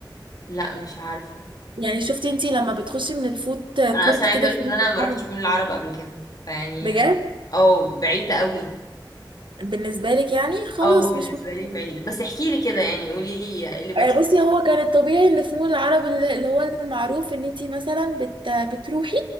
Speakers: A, on the left (about 50°); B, on the right (about 85°).
A: لا مش عارفة
B: يعني شفتي انت لما بتخشي من الفوت
A: انا
B: كورت
A: اصلا عايزه
B: كده
A: اقولك
B: في مول
A: ان انا ما
B: العرب
A: رحتش مول العرب قبل كده فيعني
B: بجد
A: او بعيده قوي
B: بالنسبه لك يعني خلاص
A: او بالنسبه
B: مش مهم.
A: لي بعيده بس احكي لي كده يعني قولي لي ايه اللي بيحصل
B: آه، بصي هو كان الطبيعي اللي في مول العرب اللي اللي هو المعروف ان انتي مثلا بت بتروحي